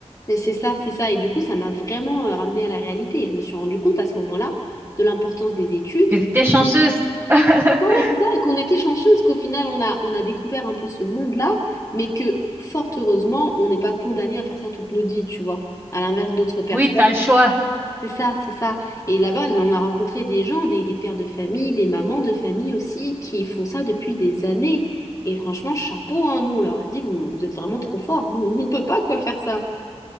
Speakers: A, on the left; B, on the right.
A: mais c'est ça, c'est ça. Et du coup, ça m'a vraiment euh, ramenée à la réalité. Et je me suis rendu compte à ce moment-là de l'importance des études.
B: Que tu étais chanceuse.
A: de
B: <laughs>
A: ça et c'est ça, et qu'on était chanceuse qu'au final, on a, on a découvert un peu ce monde-là, mais que fort heureusement, on n'est pas condamné à faire ça toute notre vie, tu vois. À l'inverse d'autres personnes.
B: Oui, tu as le choix.
A: C'est ça, c'est ça. Et là-bas, on a rencontré des gens, des, des pères de famille, des mamans de famille aussi, qui font ça depuis des années. Et franchement, chapeau, hein, nous, on leur a dit, vous, vous êtes vraiment trop forts. Nous, on peut pas quoi faire ça.